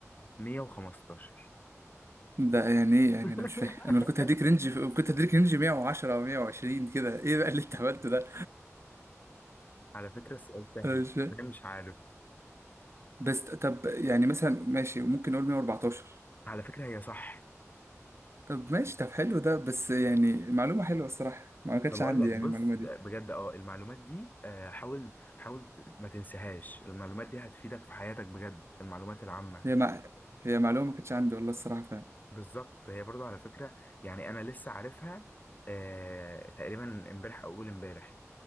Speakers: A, on the left; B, on the right.
A: 115
B: ده يعني ايه يعني
A: <laughs>
B: انا مش فاهم انا لو كنت هديك رينج كنت هديك رينج 110 او 120 كده ايه بقى اللي انت عملته ده
A: على فكرة السؤال سهل
B: انا مش فاهم
A: ده مش عارف
B: بس طب يعني مثلا ماشي ممكن نقول 114
A: على فكرة هي صح
B: طب ماشي طب حلو ده بس يعني معلومة حلوة الصراحة ما كانتش
A: ما بقول
B: عندي
A: لك
B: يعني
A: بص
B: المعلومة
A: ده
B: دي
A: بجد اه المعلومات دي آه، حاول حاول ت- ما تنساهاش المعلومات دي هتفيدك في حياتك بجد المعلومات العامة
B: هي مع... هي معلومة ما كانتش عندي والله الصراحة فعلا
A: بالظبط هي برضو على فكرة يعني أنا لسه عارفها آه تقريبا امبارح أو أول امبارح